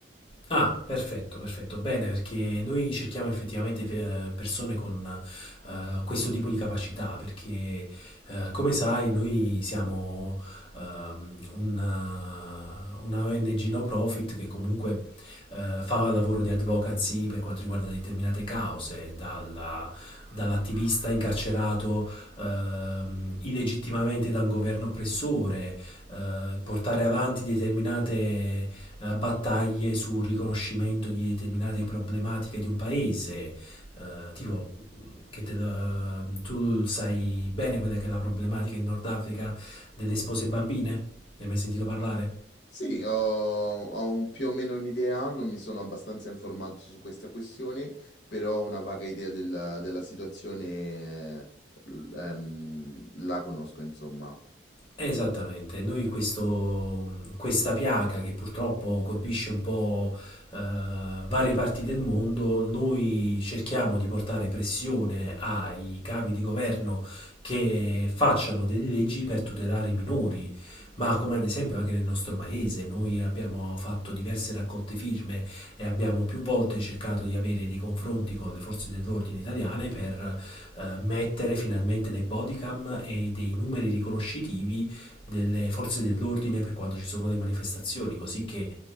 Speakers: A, on the left; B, on the left.
A: Ah, perfetto, perfetto. Bene, perché noi cerchiamo effettivamente eh, persone con eh, questo tipo di capacità, perché eh, come sai, noi siamo ehm, una, una ONG no profit che comunque eh, fa lavoro di advocacy per quanto riguarda determinate cause, dalla- dall'attivista incarcerato ehm, illegittimamente da un governo oppressore, eh, portare avanti determinate eh, battaglie sul riconoscimento di determinate problematiche di un paese, eh, tipo mm, che te lo- tu sai bene quella che è la problematica in Nord Africa delle spose bambine? Ne hai mai sentito parlare?
B: Sì, ho, ho un- più o meno un'idea, non mi sono abbastanza informato su questa questione, però ho una vaga idea del- della situazione, eh, l- ehm, la conosco, insomma.
A: Esattamente, noi questo, questa piaga che purtroppo colpisce un po' eh, varie parti del mondo, noi cerchiamo di portare pressione ai capi di governo che facciano delle leggi per tutelare i minori, ma come ad esempio anche nel nostro paese, noi abbiamo fatto diverse raccolte firme e abbiamo più volte cercato di avere dei confronti con le forze dell'ordine italiane per eh, mettere finalmente dei bodycam e dei numeri riconoscitivi delle forze dell'ordine per quando ci sono le manifestazioni, così che